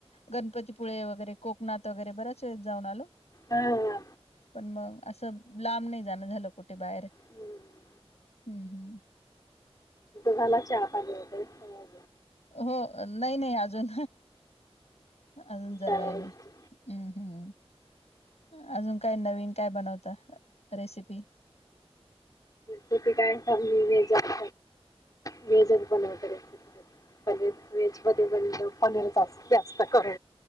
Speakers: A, on the left (about 80°); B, on the left (about 35°).
A: गणपती पुळे वगैरे कोकणात वगैरे बराच जाऊन आलो
B: हा हा.
A: पण मग. असं लांब नाही जाणं झालं कुठे बाहेर.
B: हम्म
A: हम्म हम्
B: झाला चहा पाणी वगैरे अजून
A: हो नाही नाही अजून. अजून जरा
B: चार
A: वेळानी
B: वाजते.
A: हम्म हम्म. अजून काय नवीन काय बनवता रेसिपी.
B: ती कायली व्हेजत व्हेजच बनवत. प व्हेजमध्ये पनीर जात जास्त करू.